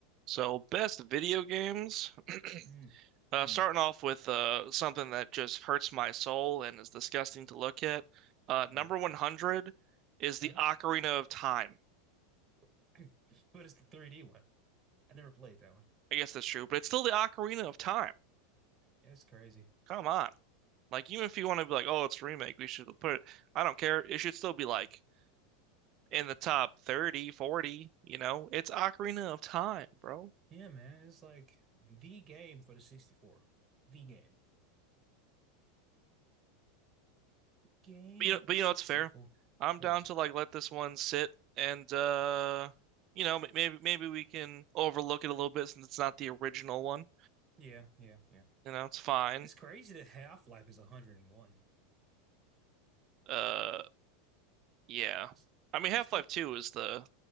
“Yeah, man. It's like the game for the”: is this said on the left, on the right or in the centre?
Right